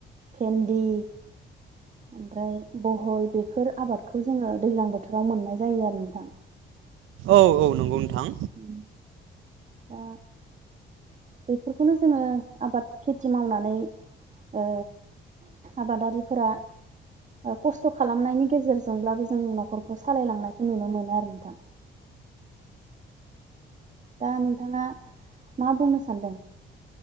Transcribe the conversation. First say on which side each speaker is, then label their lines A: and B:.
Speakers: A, on the right; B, on the right.
A: भेन्दि ओमफ्राय बहल बेफोर आबादखौ जोङो दैलां बोथोराव मोननाय जायो आरो नोंथां।
B: औ औ नंगौ नोंथां।
A: उम दा बेफोरखौनो जोङो आबाद खेथि मावनानै ओ आबादारिफोरा ओ कस्थ' खालामनायनि गेजेरजोंब्लाबो जों नख'रखौ सालायलांनायखौ नुनो मोनो आरो नोंथां। दा नोंथाङा मा बुंनो सानदों।